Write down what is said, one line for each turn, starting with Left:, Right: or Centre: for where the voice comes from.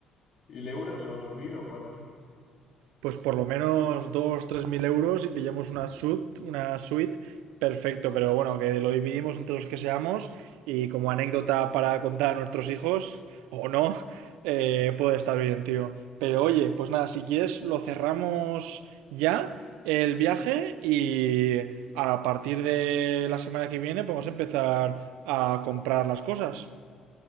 Left: ¿Mil euros o dos mil o cuánto?
Right: pues por lo menos 2 tres mil euros y pillamos una suite, una suite, perfecto, pero bueno, que lo dividimos entre los que seamos y como anécdota para contar a nuestros hijos, o no, <laughs> eh, puede estar bien, tío. Pero oye, pues nada, si quieres lo cerramos ya el viaje y a partir de la semana que viene podemos empezar a comprar las cosas.